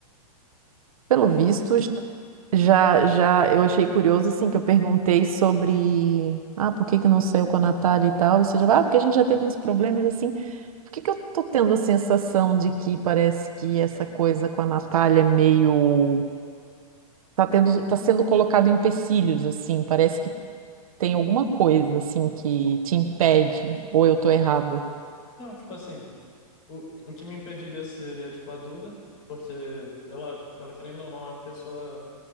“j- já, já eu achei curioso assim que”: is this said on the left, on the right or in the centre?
Right